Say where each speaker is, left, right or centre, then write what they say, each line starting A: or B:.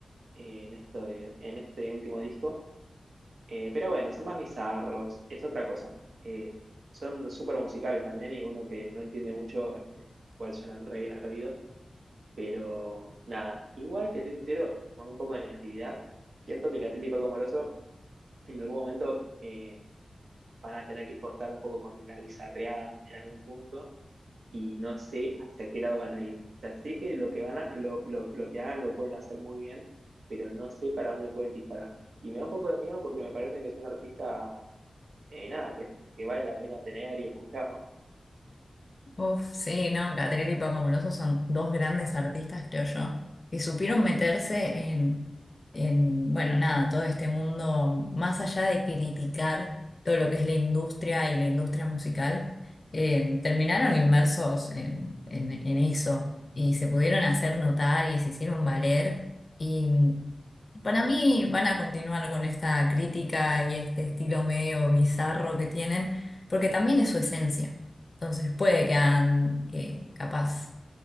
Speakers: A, on the right; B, on the left.
A: eh, en, esto de- en este último disco. Eh, pero bueno, son más bizarros, es otra cosa. Eh, son súper musicales también y uno que no entiende mucho eh, cuál suenan re bien al oído. Pero nada, igual te soy sincero, con un poco de negatividad, siento que Catril y Paco Moroso en algún momento eh, van a tener que cortar un poco con la bizarreada en algún punto y no sé hacia qué lado van a ir. O sea, sé que lo que van a, lo, lo, lo que hagan lo pueden hacer muy bien, pero no sé para dónde pueden disparar. Y me da un poco de miedo porque me parecen que son artistas eh, nada, que, que vale la pena tener y escuchar, ¿no?
B: Uf, sí, no, Catriel y Paco Amoroso son dos grandes artistas, creo yo, que supieron meterse en, en, bueno, nada, todo este mundo, más allá de criticar todo lo que es la industria y la industria musical, eh, terminaron inmersos en, en, en eso y se pudieron hacer notar y se hicieron valer. Y para mí van a continuar con esta crítica y este estilo medio bizarro que tienen, porque también es su esencia. Entonces puede que hagan eh, capaz.